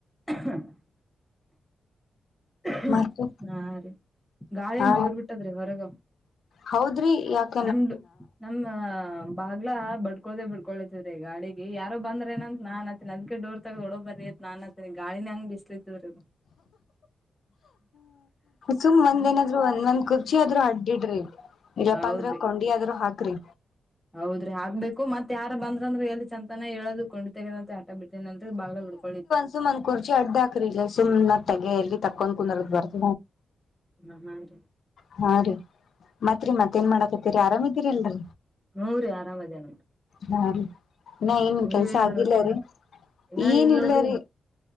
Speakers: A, in the centre; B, on the left.
A: <unintelligible> ಹಾ
B: ಮತ್ತೆ
A: ರೀ ಗಾಳಿ
B: ಹ
A: ಒಂದ್ ಜೋರ್ ಬಿಟ್ಟದ್ರಿ ಹೊರಗ.
B: ಹೌದ್ರಿ ಯಾಕ
A: ನಮ್ದು ನಮ್ ಹ ಬಾಗ್ಲಾ ಬಡ್ಕೊಳದೆ ಬಿಡ್ಕೊಳ್ತ್ರೀ ಗಾಳಿಗಿ ಯಾರೋ ಬಂದ್ರೇನಂತ ನಾ ಅನ್ನತೀನಿ ಅದಿಕ್ಕೆ ಡೋರ್. ತಗದ ಒಳಗ್ ಬರ್ರಿ ಅತ್ ನಾ ಅನ್ನತೀನಿ ಗಾಳಿನೆ ಹಂಗ ಬಿಸ್ಲತದ್ರೀದು.
B: ಸುಮ್ ಒಂದೇನಾದ್ರು
A: ಹಾ ರಿ
B: ಒಂದ್ ಒಂದ್ ಕುರ್ಚಿ ಆದ್ರೂ ಅಡ್ಡಿಡ್ರಿ ಇಲ್ಲಪ್ಪ
A: ಹೌದ್ರಿ
B: ಅಂದ್ರ ಕೊಂಡಿ ಆದ್ರೂ ಹಾಕ್ರಿ.
A: ಹೌದ್ರಿ ಆಗ್ಕ್ಬೇಕು ಮತ್ ಯಾರ ಬಂದ್ರಂದ್ರ ಎಲ್ಲಿ ಚೆಂತನ ಏಳದು ಕೊಂಡಿ ತೆಗದಂತೆ ಅ ಬಿಟ್ಟೆನ ಅಂತೆ ಬಾಗಲ ಬಡ್ಡ್ಕೊಳಿತ.
B: ಸುಮ್ನ್ ಒಂದ್ ಕುರ್ಚಿ ಅಡ್ಡ ಹಾಕ್ರಿ ಇಲ್ಲ ಸುಮ್ಮ್ನ ತೆಗೆ ಎಲ್ಲಿ ತಕೊಂಡ್ ಕುಂದರದ ಬರ್ತ
A: ಹ್ಮ ಹಾ ರೀ
B: ಹಾ ರೀ ಮತ್ರಿ ಮತ್ತೇನ್ ಮಾಡಾಕತ್ತೀರಿ ಆರಾಮ್ ಇದ್ದಿರಲ್ರಿ.
A: ಹ್ಮ್ ರಿ ಆರಾಮ ಅದೇನ್ ನೋಡ್ರಿ.
B: ಹಾ ರೀ ಹಿನಾ ಏನ್ ಕೆಲ್ಸ
A: ನೀವೇನ್
B: ಆಗಿಲ್ಲರಿ
A: ಮಾಡ್ಬೇಕ್ರಿ ಇನ್ನ
B: ಏನ
A: ಇಲ್
B: ಇಲ್ಲರಿ.
A: ನೋಡ್ರಿ